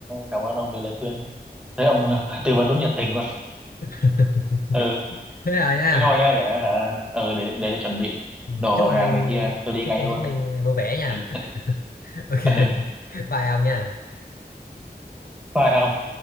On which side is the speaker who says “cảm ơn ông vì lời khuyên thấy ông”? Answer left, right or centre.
Centre